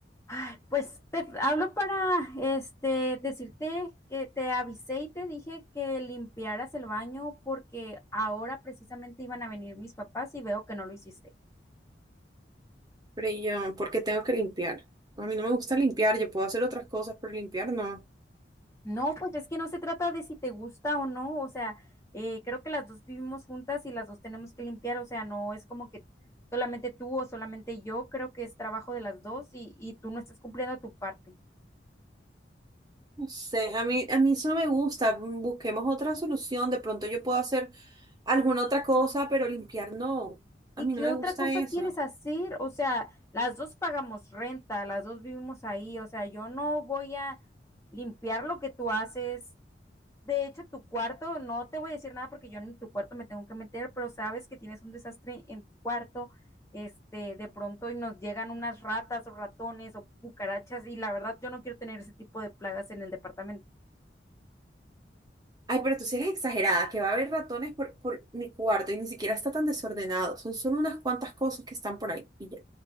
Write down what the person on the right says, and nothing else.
Freya, ¿por qué tengo que limpiar? A mí no me gusta limpiar, yo puedo hacer otras cosas, pero limpiar no.
No sé, a mí, a mí eso no me gusta. mm, Busquemos otra solución. De pronto yo puedo hacer alguna otra cosa, pero limpiar no.
A mí
no me
gusta
eso.
Ay, pero tú sí eres exagerada, que va a haber ratones por, por mi cuarto y ni siquiera está tan desordenado. Son solo unas cuantas cosas que están por ahí. Y ya,